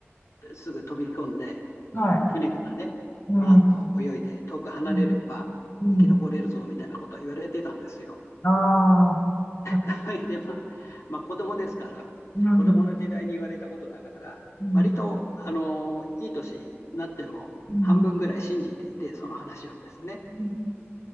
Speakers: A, on the left; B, on the left.
A: すぐ飛び込んで、
B: はい、
A: 船からね、
B: うん、
A: バーッと泳いで遠く離れれば生き残れるぞみたいなことを言われてたんですよ。
B: うん、うん。ああ、な
A: <laughs> で、まあ、まあ、子供ですから、
B: うん、
A: 子供の時代に言われたことだから、
B: うん、
A: 割と、あの、いい年になっても半分ぐらい信じていて、
B: うん、
A: その話をですね。
B: うん